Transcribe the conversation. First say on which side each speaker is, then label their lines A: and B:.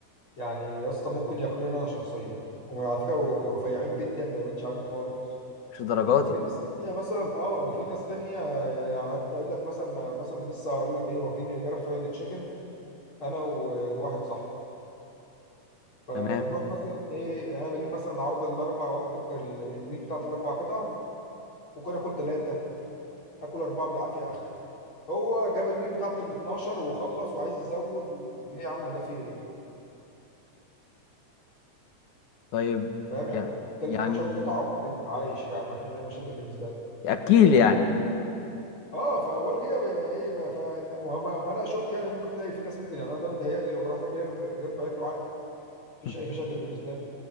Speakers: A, on the left (about 40°); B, on the left (about 70°).
A: يعني يا اسطى ممكن ياكلوني انا شخصيا وعلى فكره ورفيعين جدا ما يبانش عليهم خالص
B: مش الدرجة
A: وفي
B: دي
A: ناس تانية مثلا اه وفي ناس تانية يعني هقعد اقول لك مثلا آه، مثلا لسه هقول لك ايه واكلين امبارح فرايد تشيكن انا وواحد صاحبي فبنروح
B: تمام
A: مثلا ايه انا بجيب مثلا عرض الاربع وجبه الك- ال- الميل بتاعت الاربع قطع ممكن اكل ثلاثه اكل اربعه بالعافيه اخر هو جاب الميل بتاعت ال 12 وخلص وعايز يزود و... ايه يا عم ده في ايه
B: طيب
A: فاهم يعني
B: يعني
A: كل
B: يعني
A: 12 قطعه وعادي عايش يعني ما فيش اي مشاكل بالنسبه لي
B: اكيل يعني
A: اه فبقول كده ب- ايه بقى ف... ما- هو- فانا اشك يعني ممكن تلاقي في ناس ممكن يعني انا ده متهيألي لو راح كده ياكل الكريب هياكله عادي مفيش
B: <laughs>
A: اي مشاكل بالنسبه لي